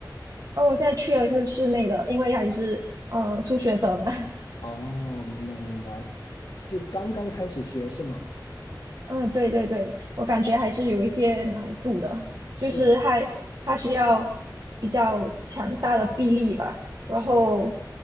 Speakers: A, on the right (about 55°); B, on the left (about 70°).
A: 哦，我现在去的就是室内的，因为还是呃初学者嘛，<laughs>
B: 哦，明白明白，就刚刚开始学是吗？
A: 嗯，对对对，我感觉还是有一些难度的，
B: 是的
A: 就是还它需要比较强大的臂力吧，然后
B: 是，